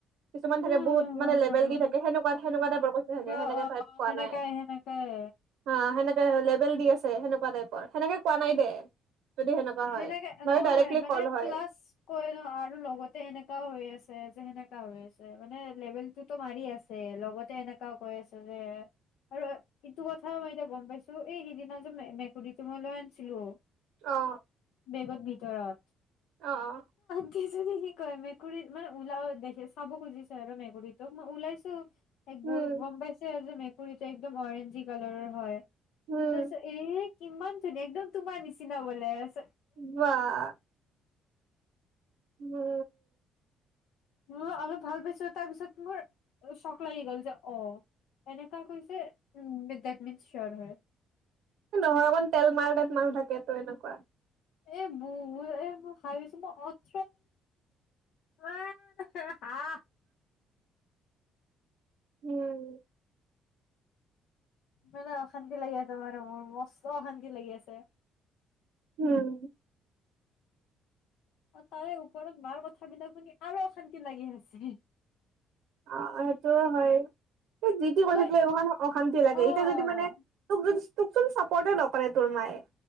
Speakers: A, on the right; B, on the left.
A: কিছুমান থাকে
B: উম,
A: বহুত
B: হয়
A: মানে লেবেল
B: বাৰু।
A: দি থাকে, সেকুৱা সেনেকুৱা
B: উম,
A: টাইপৰ কৈছে ছাগে,
B: অ',
A: সেনেকে
B: অ',
A: টাইপ
B: অ',
A: কোৱা
B: সেনেকাই
A: নাই।
B: সেনেকাই।
A: অ, হেনেকে হলে বেল দি আছে, হেনেকুৱা টাইপৰ হেনেকে কোৱা নাই দে। যদি সেনেকুৱা হয়
B: হেনেকে নহয়,
A: ডাইৰেক্টলি
B: মানে
A: কল হয়
B: প্লাচ কৈ ন আৰু লগতে এনেকাও হৈ আছ তে যে সেনেকা হৈ আছে, মানে লেবেল টোতো মাৰি আছে, লগতে এনেকাও কৈ আছে যে, আৰু ইটো কথা মই এতিয়া গম পাইছো এই সিদিনা যে মে মেকুৰীটো মই লৈ আনছিলো
A: অ
B: বেগত ভিতৰত
A: অ
B: <unintelligible> কি কয়, মেকুৰী মানে ওলাও দেখে, চাব খুজিছে আৰু মেকুৰীটোক মই ওলাইছো এক
A: উম
B: বোৰ গম পাইছে যে মেক কুৰীটো একদম অৰেঞ্জি কালাৰৰ হয়।
A: উম
B: তছ এই কিমান ধুনী, একদম তোমাৰ নিচিনা বলাই আছে।
A: বাহ মা
B: উ অলপ ভাল পাইছো তাৰপিছত মোৰ চক লাগি গল যে অ, এনেকা কৈছে, উম দেত মিনচ চিয়ৰ হয়।
A: নহয়, অকন তেল মাৰা তাইত মানুহ থাকেটো, এনেকুৱা।
B: এই বহুত, এ মোৰ শাৰি <unintelligible> আ হা হা।
A: উম।
B: মানে অশান্তি লাগি আছে মানে মোৰ, মস্ত অশান্তি লাগি আছে।
A: উম।
B: আৰু তাৰে ওপৰত মাৰ কথাবিলাক শুনি আৰু অশান্তি লাগি আছে।
A: অ সেইটো হয়, এই যি টি কথাক
B: মই
A: লৈ এইমাখান অশান্তি লাগে,
B: অ
A: ইতা যদি মানে তোক যদি তোকচোন চাপোৰ্টে নকৰে তোৰ মায়ে।